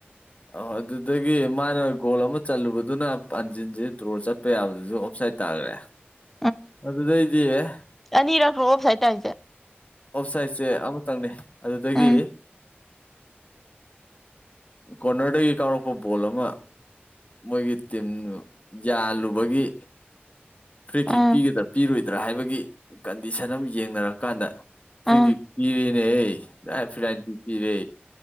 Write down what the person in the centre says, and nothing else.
<unintelligible>
ꯑꯅꯤꯔꯛ꯭ꯔꯣ ꯑꯣꯐ ꯁꯥꯏꯗ ꯇ ꯍꯥꯏꯁꯦ
ꯎꯝ
ꯎꯝ
ꯎꯝ